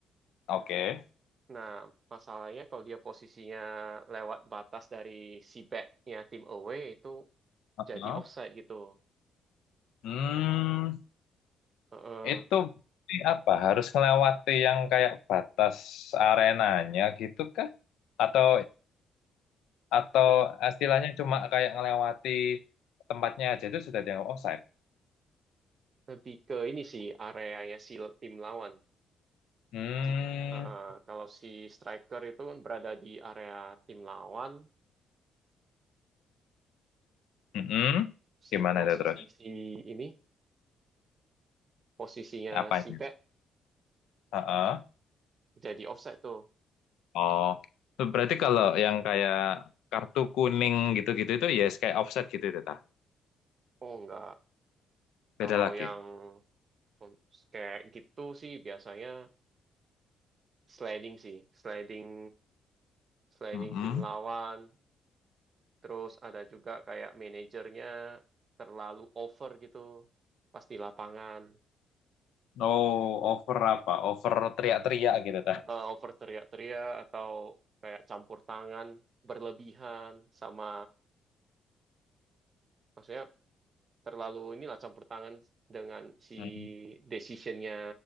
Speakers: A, on the left; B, on the right.
A: Oke.
B: Nah, masalahnya kalau dia posisinya lewat batas dari si backnya tim away itu
A: Heeh.
B: jadi offside gitu.
A: Hmm,
B: eh,
A: itu berarti apa? Harus melewati yang kayak batas arenanya gitu kah? Atau atau
B: te-
A: istilahnya cuma kayak ngelewati tempatnya aja itu sudah dianggap offside?
B: lebih ke ini sih areanya si tim lawan.
A: Hmm,
B: Ji- eh, kalau si striker itu kan berada di area tim lawan,
A: mm-mm.
B: si
A: Gimana
B: posisi
A: itu terus?
B: si ini posisinya
A: Apanya?
B: si back
A: Heeh.
B: jadi offside tuh.
A: Oh, berarti kalau yang kayak kartu kuning gitu-gitu itu ya kayak offset gitu itu tah.
B: Oh enggak.
A: Beda
B: Kalau
A: lagi.
B: yang con- kayak gitu sih biasanya sliding sih, sliding sliding
A: Mm-mm.
B: tim lawan. Terus ada juga kayak manajernya terlalu over gitu pas di lapangan.
A: Oh, over apa? Over teriak-teriak gitu tah.
B: eh, over teriak-teriak atau kayak campur tangan berlebihan sama maksudnya terlalu inilah campur tangan dengan si
A: Hmm.
B: decisionnya